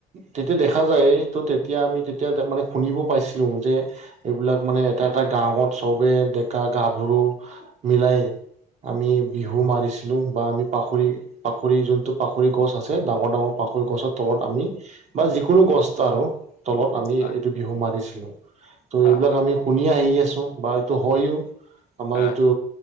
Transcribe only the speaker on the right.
তেতিয়া দেখা যায় ত' তেতিয়া আমি তেতিয়া মানে শুনিব পাইছিলো যে। এইবিলাক মানে এটা এটা গাঁৱত চবে ডেকা- গাভৰু মিলাই। আমি বিহু মাৰিছিলোঁ বা আমি পাখৰি। পাখৰি যোনটো পাখৰি গছ আছে ডাঙৰ ডাঙৰ পাখৰি গছৰ তলত আমি। বা যিকোনো গছ আৰু। তলত আমি
এইটো বিহু মাৰিছিলো ত'
এইবিলাক আমি শুনি আহি আছি। বা এইটো হয়ও আমাৰ
এইটো।